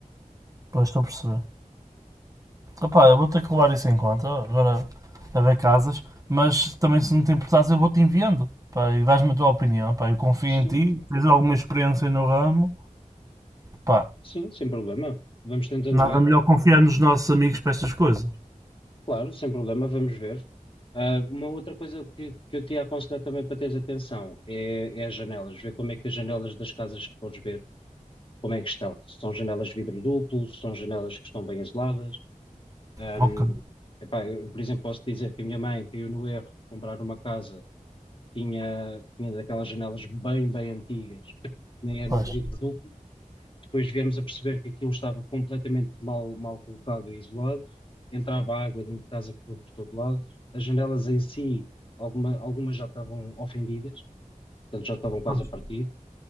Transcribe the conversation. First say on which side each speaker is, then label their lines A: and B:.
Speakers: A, on the right (about 25°); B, on the left (about 40°).
A: Pois estou a perceber. opa eu vou ter que levar isso em conta, agora a ver casas, mas também se não te importares eu vou-te enviando, pá, e dás-me a tua opinião, pá, eu confio
B: Sim,
A: em ti, tens alguma experiência no ramo, pá,
B: sim, sem problema. Vamos tentando
A: nada
B: ver.
A: melhor confiar nos nossos amigos para estas coisas.
B: Claro, sem problema, vamos ver. Ah, uma outra coisa que, que eu te ia aconselhar também para teres atenção é, é as janelas. Ver como é que as janelas das casas que podes ver, como é que estão. Se são janelas de vidro duplo, se são janelas que estão bem isoladas. Ahm,
A: Ok,
B: epá, eu, por exemplo, posso dizer que a minha mãe caiu no erro de comprar uma casa tinha, tinha daquelas janelas bem, bem antigas, nem eram
A: pois.
B: de vidro duplo. Depois viemos a perceber que aquilo estava completamente mal, mal colocado e isolado. Entrava água dentro de casa que foi por todo lado. As janelas em si, alguma, algumas já estavam ofendidas, portanto já estavam quase
A: pois.
B: a partir.